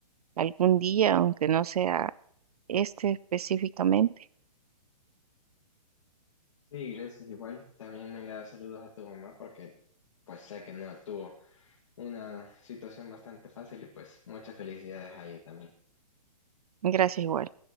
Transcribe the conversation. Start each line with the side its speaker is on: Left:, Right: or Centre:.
Right: algún día, aunque no sea este específicamente.
Left: Sí, gracias igual. También me le da saludos a tu mamá porque pues sé que no tuvo una situación bastante fácil y pues muchas felicidades a ella también.
Right: Gracias igual.